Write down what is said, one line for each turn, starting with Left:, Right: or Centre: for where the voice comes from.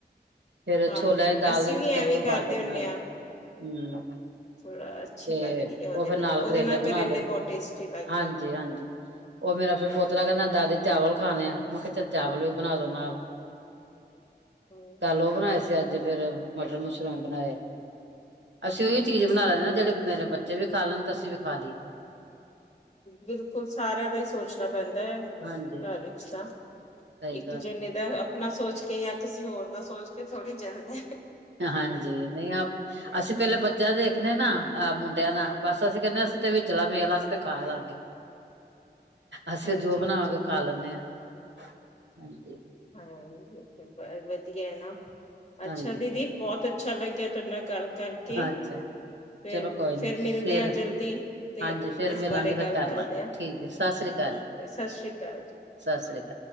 Right: ਫੇਰ
Left: ਹਾਂਜੀ
Right: ਛੋਲਿਆਂ ਦੀ ਦਾਲ
Left: ਅਸੀਂ
Right: ਦੇ ਵਿੱਚ
Left: ਵੀ ਐਵੇਂ
Right: ਕੱਦੂ
Left: ਹੀ ਕਰਦੇ
Right: ਪਾ ਕੇ ਬਣਾ
Left: ਹੁੰਦੇ
Right: ਲਏ
Left: ਹਾਂ
Right: ਹਮ ਤੇ
Left: ਥੋੜਾ ਅੱਛੀ ਲੱਗਦੀ ਹੈ ਉਹਦੇ
Right: ਉਹ ਫੇਰ ਨਾਲ
Left: ਉਹਦੇ
Right: ਕਰੇਲੇ ਬਣਾ ਲਏ
Left: ਬਹੁਤ ਟੇਸਟੀ ਲੱਗਦੇ
Right: ਹਾਂਜੀ ਹਾਂਜੀ ਉਹ ਮੇਰਾ ਫੇਰ ਪੋਤਰਾ ਕਹਿੰਦਾ ਦਾਦੀ ਚਾਵਲ ਖਾਣੇ ਆ ਮੈਂ ਕਿਹਾ ਚੱਲ ਚਾਵਲ ਵੀ ਬਣਾਦੋ ਨਾਲ
Left: ਹਮ,
Right: ਕੱਲ ਉਹ ਬਣਾਏ ਸੀ ਅੱਜ ਫੇਰ ਮਟਰ ਮ ਬਣਾਏ ਅਸੀਂ ਉਹੀ ਚੀਜ਼ ਬਣਾ ਲੈਦੇ
Left: ਵਧੀਆ
Right: ਜਿਹੜੇ ਮੇਰੇ ਬੱਚੇ ਵੀ ਖਾ ਲੈਣ ਸਤਿ ਸ਼੍ਰੀ ਅਕਾਲ ਜੀ
Left: ਬਿਲਕੁਲ ਸਾਰਿਆਂ ਦਾ ਹੀ ਸੋਚਣਾ ਪੈਂਦਾ ਹੈ
Right: ਹਾਂਜੀ।
Left: ਘਰ ਵਿੱਚ ਤਾਂ
Right: ਸਹੀ
Left: ਇੱਕ
Right: ਗੱਲ
Left: ਜਣੇੇ ਦਾ ਨਾ ਸੋਚ ਕੇ ਜਾਂ ਕਿਸੇ ਹੋਰ ਦਾ ਸੋਚ ਕੇ ਥੋੜ੍ਹੀ ਚੱਲਦਾ।
Right: ਹਾਂਜੀ ਨਹੀਂ ਅਸੀਂ ਪਹਿਲੇ ਬੱਚਿਆਂ ਦੇਖਣੇ ਨਾ ਆਹ ਮੁੰਡਿਆਂ ਦਾ ਬਸ ਅਸੀਂ ਕਹਿੰਦੇ ਅਸੀਂ ਤੇ ਵਿਚਲਾ ਮੇਲ ਅਸੀਂ ਤੇ ਖਾ ਲਾਂਗੇ। ਅਸੀਂ
Left: ਹਾਂਜੀ
Right: ਜੋ ਬਣਾਵਾਂਗੇ
Left: ਹਾਂਜੀ
Right: ਉਹ ਖਾ ਲੈਂਦੇ ਹਾਂ ਹਾਂਜੀ
Left: ਹਾਂ, ਵਧੀਆ ਹੈ ਨਾ ਅੱਛਾ
Right: ਹਾਂਜੀ
Left: ਦੀਦੀ ਬਹੁਤ ਅੱਛਾ ਲੱਗਿਆ। ਤੁਹਾਡੇ ਨਾਲ ਗੱਲ ਕਰਕੇ,
Right: ਅੱਛਾ
Left: ਫਿਰ
Right: ਚਲੋ ਕੋਈ
Left: ਫਿਰ
Right: ਨੀ
Left: ਮਿਲਦੇ
Right: ਫੇਰ
Left: ਆ ਜਲਦੀ, ਤੇ
Right: ਹਾਂਜੀ ਫੇਰ
Left: ਇਸ
Right: ਮਿਲਾਂਗੇ
Left: ਬਾਰੇ
Right: ਫੇਰ
Left: ਗੱਲ
Right: ਕਰ
Left: ਕਰਦੇ
Right: ਲਾਂਗੇ।
Left: ਹਾਂ,
Right: ਠੀਕ ਹੈ ਸਤਿ ਸ੍ਰੀ ਅਕਾਲ ਜੀ
Left: ਸਤਿ ਸ੍ਰੀ ਅਕਾਲ ਜੀ।
Right: ਸਤਿ ਸ੍ਰੀ ਅਕਾਲ।